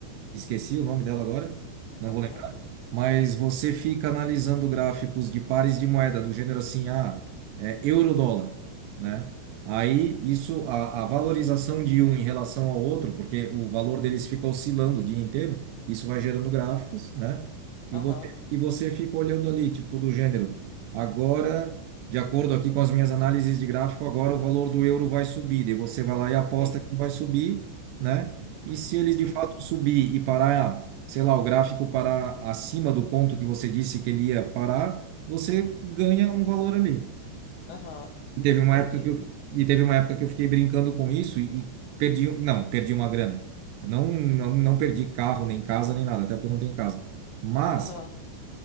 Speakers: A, on the right (about 80°); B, on the left (about 75°).
A: Esqueci o nome dela agora. Não
B: Aham.
A: vou lembrar mas você fica analisando gráficos de pares de moeda do gênero assim, ah, é, euro-dólar, né? Aí isso, a, a valorização de um em relação ao outro, porque o valor deles fica oscilando o dia inteiro, isso vai gerando gráficos, né? E
B: Aham.
A: você, e você fica olhando ali, tipo, do gênero, agora, de acordo aqui com as minhas análises de gráfico, agora o valor do euro vai subir, daí você vai lá e aposta
B: Sim.
A: que vai subir, né? E se ele
B: Uhum.
A: de fato subir e parar, sei lá, o gráfico parar acima do ponto que você disse que ele ia parar, você ganha um valor ali.
B: Aham.
A: E teve uma
B: Entendi.
A: época que eu, e teve uma época que eu fiquei brincando com isso e, e perdi, não, perdi uma grana. Eu Não, não, não perdi carro, nem casa, nem nada, até porque eu não tenho casa. Mas
B: Aham.